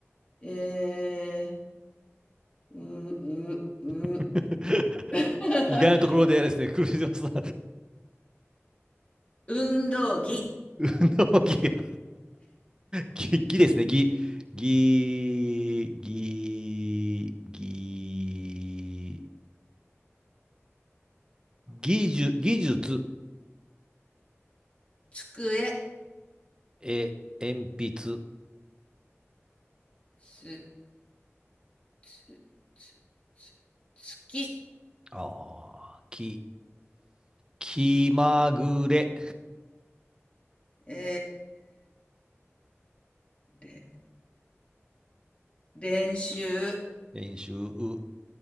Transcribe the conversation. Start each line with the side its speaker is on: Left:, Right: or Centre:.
Left: えー、う、
Right: <laughs>
Left: う、う、<laughs>
Right: 意外なところでですね、クルーズさん、
Left: 運動着、
Right: 運動ぎ、ぎ、ぎですね、ぎ、ぎ、ぎ、ぎ、技術、技術、
Left: 机、
Right: え、鉛筆、
Left: つ、つ、つ、つ、月、
Right: あーき、気まぐれ、
Left: えー、れ、練習。<laughs>
Right: 練習、う、